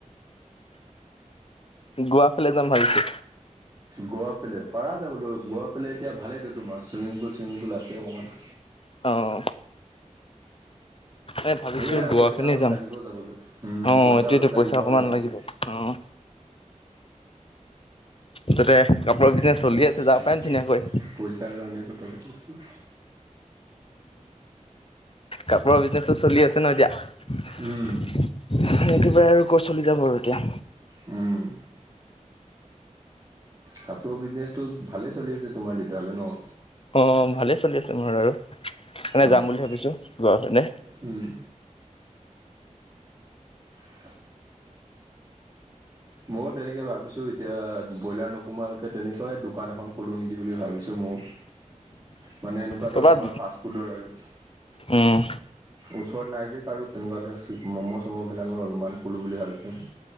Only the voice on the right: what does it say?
গোৱা ফালে, পাৰা যাবলৈ গোৱা ফালে, এতিয়া ভালেইেতো তোমাৰ চুইমিং পুল চুইমিং পুল আছে অকণমান
সেয়াই আৰু
পইচা
অলপ
লাগিব যাবলৈ উম
পইচা
অলপ লাগিব
আৰু যাবলৈ।
মোৰ
পইচাটো
জানিলে
এনেই।
পইচাৰ কাৰণে পদ্ধ পতিছোঁ।
উম
উম, কাপোৰৰ বিজনেচটো ভালে চলি আছে তোমাৰ তেতিয়াহ'লে ন?
অ',
উম। <inaudible> <inaudible> ময়ো তেনেকৈ ভাবিছোঁ এতিয়া ব্ৰইলাৰ নোসোমোৱালৈকে তেনেকুৱাই দোকান এখন খোলোঁ নেকি বুলি ভাবিছোঁ ময়। মানে এনেকুৱা
ধৰ তোমাৰ ফাষ্টফুডৰ আৰু।
ওচৰত নাই যে কাৰো তেনেকুৱা ধৰ ম'ম' চ'ম'বিলাকৰ অলপমান খোলোঁ বুলি ভাবিছোঁ।